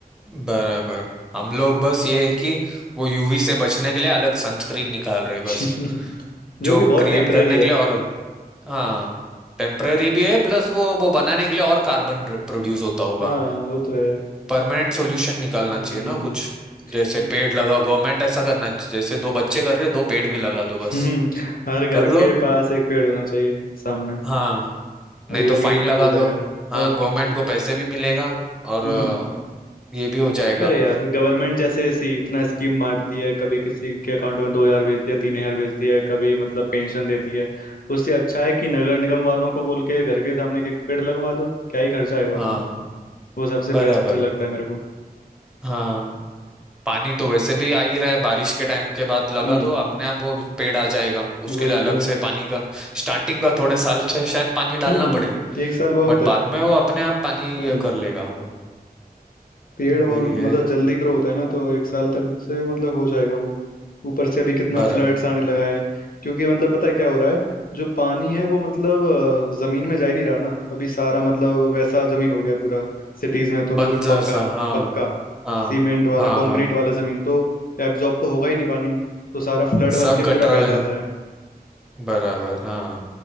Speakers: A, in the centre; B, on the left.
A: बराबर हम लोग बस ये है कि वो यूवी से बचने के लिए अलग सनस्क्रीन निकाल रहे हैं बस
B: <laughs> जो
A: जो
B: कि बहुत
A: क्रिएट
B: टेम्परेरी
A: करने
B: है
A: के लिए और हाँ टेम्पररी भी है प्लस वो वो बनाने के लिए और कार्बन प्रोड्यूस होता होगा
B: हाँ वो तो है
A: परमानेंट सॉल्यूशन निकालना
B: हम्म
A: चाहिए ना कुछ जैसे
B: <laughs>
A: पेड़ लगाओ गवर्नमेंट ऐसा करना चाहिए जैसे दो बच्चे कर रहे हैं, दो पेड़ भी लगा
B: हम्म,
A: दो बस
B: हर घर
A: कर
B: के
A: दो
B: पास एक पेड़ होना चाहिए सामने
A: हाँ नहीं
B: अलग
A: तो फाइन
B: ही
A: लगा
B: हो जाएगा
A: दो हाँ
B: और
A: गवर्नमेंट
B: क्या
A: को पैसे भी मिलेगा और
B: हम्म
A: अ, ये भी हो जाएगा
B: अरे यार गवर्नमेंट जैसे ऐसी इतना स्कीम बांटती है कभी किसी के अकाउंट में दो हजार भेजती है तीन हजार भेजती है कभी मतलब पेंशन देती है उससे अच्छा है कि नगर निगम वालों को बोल के घर के सामने एक एक पेड़ लगवा दो क्या ही खर्चा आएगा
A: हाँ
B: उसमें वो सबसे
A: बराबर
B: बेस्ट लगता है मेरे को
A: हाँ पानी तो वैसे भी आ ही रहा है बारिश के टाइम के बाद लगा
B: हम्म
A: दो अपने आप वो पेड़ आ जाएगा उसके
B: वही
A: लिए अलग
B: तो
A: से पानी का स्टार्टिंग का थोड़े साल से शायद पानी डालना
B: हम्म
A: पड़े
B: एक साल बहुत
A: बट
B: है
A: बाद में वो अपने आप पानी
B: हम्म
A: ये कर लेगा वो
B: पेड़ वो
A: वही है
B: मतलब जल्दी ग्रो होता है ना तो एक साल तक से मतलब हो जाएगा वो ऊपर से अभी कितना
A: बरा
B: फ्लड्स आने लगा है क्योंकि मतलब पता है क्या हो रहा है जो पानी है वो मतलब अ, जमीन में जा ही नहीं रहा ना अभी सारा मतलब वैसा जमीन हो गया पूरा सिटीज में तो
A: बंजर
B: पूरा पक्का
A: सा हाँ
B: पक्का
A: हाँ
B: सीमेंट वाला
A: हाँ
B: कंक्रीट
A: हाँ
B: वाला जमीन तो एब्जॉर्ब तो होगा ही नहीं पानी तो सारा फ्लड बन
A: सब
B: के पूरा
A: गटर
B: बह
A: में
B: जाता है
A: बराबर हाँ